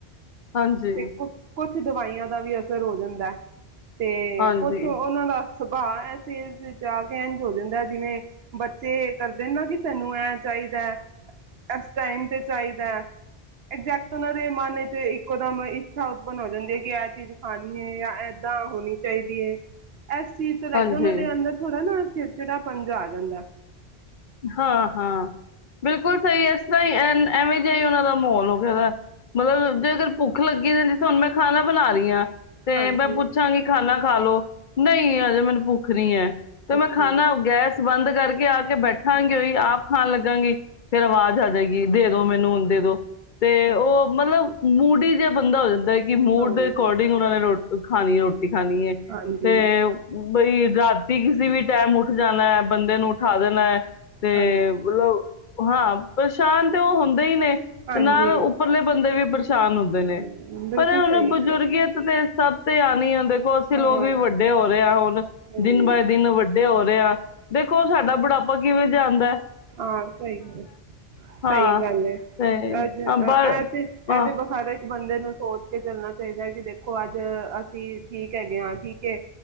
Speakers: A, on the left; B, on the right.
A: ਹਾਂਜੀ,
B: ਤੇ ਕੁ ਕੁਛ ਦਵਾਈਆਂ ਦਾ ਵੀ ਅਸਰ ਹੋ ਜਾਂਦਾ ਹੈ ਤੇ
A: ਹਾਂਜੀ,
B: ਕੁਛ ਉਹਨਾਂ ਦਾ ਸਭਾ ਆ ਕ ਹੋ ਜਾਂਦਾ ਜਿਵੇਂ ਬੱਚੇ ਕਰਦੇ ਨਾ ਕਿ ਸਾਨੂੰ ਐ ਚਾਹੀਦਾ ਇਸ ਟਮ ਤੇ ਚਾਹੀਦਾ ਐਗਜੈਕਟ ਉਹ ਦੇ ਮਨ ਵਿਚ ਇਕੋ ਦਮ ਇੱਛਾ ਉਤਪੰਨ ਹੋ ਜਾਂਦੀ ਹੈ ਕਿ ਇਹ ਚੀਜ਼ ਖਾਣੀ ਹੈ ਜਾਂ ਏਦਾਂ ਹੋਣੀ ਚਾਹੀਦੀ ਹੈ ਐਸੀ ਤੋਂ ਲ
A: ਹਾਂਜੀ।
B: ਉਹਨਾਂ ਦੇ ਅੰਦਰ ਥੋੜਾ ਨਾ ਚਿੜਚਿੜਾ ਪੰਜ ਜਾ ਦਾ
A: ਹਾਂ ਹਾਂ ਬਿਲਕੁਲ ਸਹੀ ਇਸ ਤਰ੍ਹਾਂ ਹੀ ਐ ਐਵੇਂ ਜਿਹਾ ਹੀ ਉਹਨਾਂ ਦਾ ਮਾਹਲ ਹੋ ਗਿਆਦਾ ਮਤਲਬ ਜੇ ਅਗਰ ਭੁੱਖ ਲੱਗੀ ਜਾਂਦੀ ਹੁਣ ਮੈਂ ਖਾਣਾ ਬਣਾ ਰਹੀ ਹਾਂ ਤੇ
B: ਹਾਂਜੀ
A: ਮੈਂ ਪੁੱਛਾਂਗੀ ਖਾਨਾ ਖਾ ਲੋ ਨਹੀਂ ਅਜੇ ਮੈਨੂੰ ਭੁੱਖ ਨਹੀਂ ਹੈ ਤੇ ਮੈਂ
B: ਅੱਛਾ
A: ਖਾਾ
B: ਜੀ
A: ਗੈਸ ਬੰਦ ਕਰਕੇ ਆ ਕੇ ਬੈਠੇ ਠਾਂਗੇ ਉਹੀ ਆਪ ਖਾਣ ਲੱਗਾਾਂਗੀ ਫੇਰ ਆਵਾਜ਼ ਆ ਜਾਏਗੀ ਦੇ ਦੋ ਮੈਨੂੰ ਦੇ ਦੋ ਤੇ
B: ਹਾਂ
A: ਉਹ ਮਤਲਬ ਮੂਡੀ ਹੀ ਜਿ ਬੰਦਾ ਹੋ ਜਾਂਦਾ ਕਿ ਮੂਡ
B: ਹਾਂ
A: ਦੇ ਅਕੋਰਡਿੰਗ ਉਹਨਾ ਨੇ ਰ ਖਾਣੀ ਹੈ ਰੋਟੀ ਖਾਣੀ ਹੈ
B: ਹਾਂਜੀ
A: ਤੇ ਬਈ ਰਾਤੀ ਕਿਸੇ ਵੀ ਟਾਈਮ ਜਾਣਾ ਹੈ ਬੰਦੇ ਨੂੰ ਹਾਂਦੇਨ ਤੇ
B: ਹਾਂਜੀ
A: ਮਤਲਬ ਹਾਂ ਪਰੇਸ਼ਾਨ ਤੇ ਉਹ ਹੁੰਦੇ ਹੀ ਨੇ
B: ਹਾਂਜੀ
A: ਨਾਲ ਉੱਪਰਲੇ ਬੰਦੇ ਵੀ ਪਰੇਸ਼ਾਨ ਹੁੰਦੇ
B: ਹਮ,
A: ਨੇ
B: ਬਿਲਕੁਲ
A: ਪਰ ਹੁਣ
B: ਸਹੀ
A: ਬਜ਼ੁਰਗੀਤ
B: ਕਹਿ ਰਹੇ
A: ਤੇ ਸਭ ਤੇ ਆ ਨਹੀਂ ਆਦੇ ਦੇਖੋ ਅਸੀਂ
B: ਹੋ
A: ਲੋਕ
B: ਹਾਂ
A: ਵੀ ਵੱਡੇ ਹੋ ਰਹੇ ਹਾਂ ਹੁਣ
B: ਹਾਂਜੀ
A: ਦਿਨ ਬਾਏ ਦਿਨ ਵੱਡੇ ਹੋ ਰਹੇ ਹਾਂ ਦੇਖੋ ਸਾਡਾ ਬੁਢਾਪਾ ਕਿਵੇਂ ਜਾਂਦਾ
B: ਹਾਂ ਸਹੀ ਗੱਲ
A: ਹਾਂ
B: ਸਹੀ ਗੱਲ ਹੈ
A: ਤੇ
B: ਅਜ ਇਹ
A: ਹਾਂ ਬਰ
B: ਤੇ ਇਹ
A: ਹਾਂ
B: ਤੇ ਬੁਖਾਰ ਬੰਦੇ ਨੂੰ ਸੋਚ ਕੇ ਚੱਲਣਾ ਚਾਹੀਦਾ ਕਿ ਦੇਖੋ ਅੱਜ ਅਸੀਂ ਠੀਕ ਹੈਗੇ ਹਾਂ ਠੀਕ ਹੈ